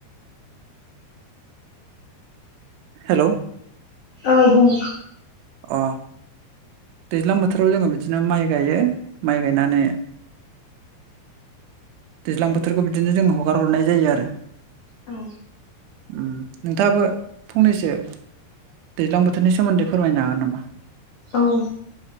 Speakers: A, on the right; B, on the left.
A: हेलौ
B: औ बुं
A: अ दैज्लां बोथोराव जोङो बिदिनो माइ गायो। माइ गायनानै दैज्लां बोथोरखौ बिदिनो जोङो हगार हरनाय जायो आरो।
B: औ
A: ओम नोंथाङाबो फंनैसो दैज्लां बोथोरनि सोमोन्दै फ फोरमायनो हागोन नामा?
B: औ